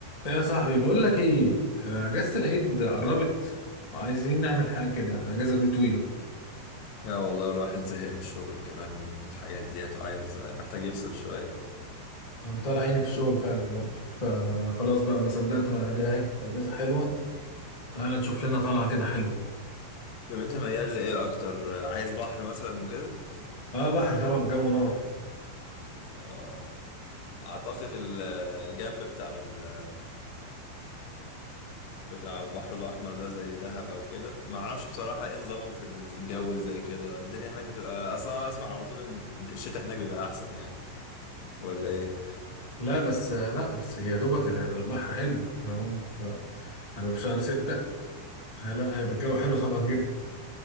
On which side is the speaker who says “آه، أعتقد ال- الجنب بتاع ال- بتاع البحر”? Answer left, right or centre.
Left